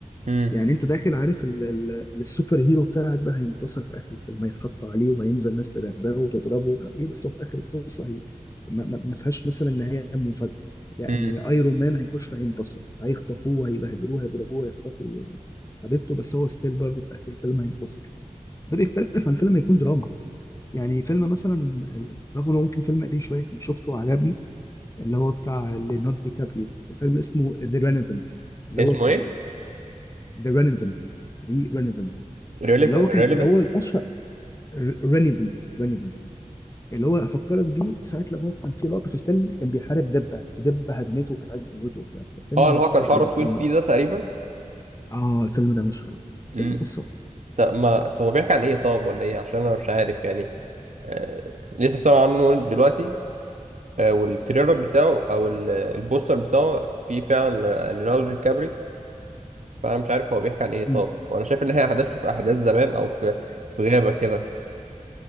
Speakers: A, on the right; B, on the left.
A: امم
B: يعني انت داخل عارف ال- ال- السوبر هيرو بتاعك ده هينتصر في اخر الفيلم هيتحط عليه وهينزل ناس تدغدغه وتضربه ومش عارف ايه بس هو في اخر القصه هي ما, ما ما فيهاش مثلا نهايه مفاجاه يعني
A: امم
B: ايرون مان هيخش هينتصر هيخطفوه هيبهدلوه هيضربوه هيخطفوا حبيبته بس هو ستيل برضه في اخر الفيلم هينتصر ده بيختلف عن فيلم يكون دراما يعني فيلم مثلا ال- رغم انه ممكن فيلم قديم شويه كنت شفته وعجبني اللي هو بتاع ليوناردو دي كابريو الفيلم اسمه ذا رينيفنت اللي
A: اسمه
B: هو في
A: ايه
B: ذا رينيفنت دي رينيفنت
A: ريليفن
B: اللي هو كان
A: ريليفن
B: اللي هو الاشهر ريليفنت ريليفنت اللي هو افكرك بيه ساعه لما هو كان في لقطه في الفيلم كان بيحارب دبه فدبه هدمته وكانت عايزه تموته وبتاع فيلم
A: اه اللي
B: مشهور
A: هو كان شعره
B: قوي الفيلم
A: طويل فيه
B: ده
A: ده تقريبا
B: اه الفيلم ده مش حلو
A: امم
B: فيلم قصه
A: طب ما طب هو بيحكي عن ايه طب ولا ايه عشان انا مش عارف يعني آه... لسه سامع عنه دلوقتي آه... والتريلر بتاعه او ال- البوستر بتاعه فيه فعلا ليوناردو دي كابري فانا مش عارف هو بيحكي عن ايه طب
B: مم.
A: وانا شايف ان هي احداثه في احداث زمان او في في غابه كده